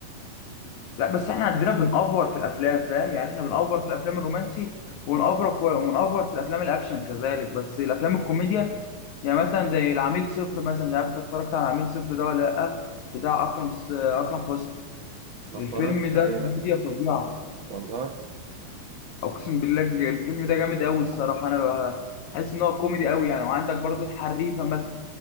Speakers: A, on the left (about 65°); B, on the right (about 85°).
A: لا بس احنا عندنا بنأفور في الافلام فاهم يعني احنا بنأفور في الافلام الرومانسي ونأفور في ونأفور في الافلام الاكشن كذلك بس الافلام الكوميديا يعني مثلا زي العميل صفر مثلا مش عارف انت اتفرجت على العميل صفر ده ولا لا بتاع اكرم س- اكرم حسني
B: ما
A: الفيلم
B: اتفرجتش
A: ده
B: عليه
A: كوميديا
B: لا
A: فظيعه
B: والله
A: اقسم بالله ج- الفيلم ده جامد قوي الصراحه انا بقى- حاسس ان هو كوميدي قوي يعني وعندك برضو الحريفه مثلا